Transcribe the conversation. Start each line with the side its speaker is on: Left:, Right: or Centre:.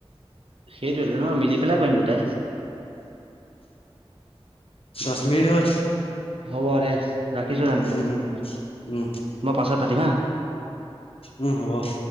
Right: সেইটোৱেটো নহ মই মিলি পেলাই কৰিম দুটাই।
Left: দছ মিনিট হ'ল।
Right: হ'ব দে, ৰাখিছো তেন্তে
Left: উম,
Right: মই
Left: উম, উম।
Right: পাছত পাতিমহা।
Left: উম, হ'ব।